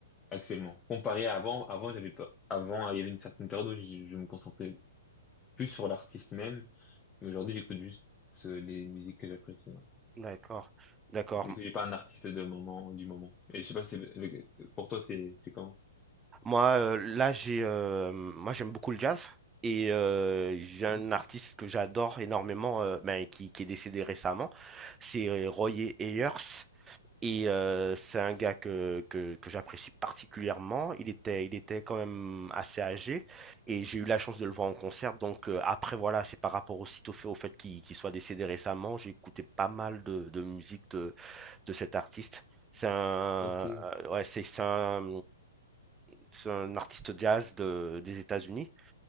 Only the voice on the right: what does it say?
D'accord, d'accord.
Moi, euh, là, j'ai, euh, moi, j'aime beaucoup le jazz et euh, j'ai un
artiste que j'adore énormément, euh, ben, qui, qui est décédé récemment, c'est euh, Roy Ayers. Et euh, c'est un gars que, que, que j'apprécie particulièrement. Il était, il était quand même assez âgé et j'ai eu la chance de le voir en concert. Donc euh, après, voilà, c'est par rapport aussi au fait, au fait qu'il qu'il soit décédé récemment. J'ai écouté pas mal de, de musique de, de cet artiste. C'est un,
euh, ouais, c'est c'est un, c'est un artiste jazz de- des États-Unis.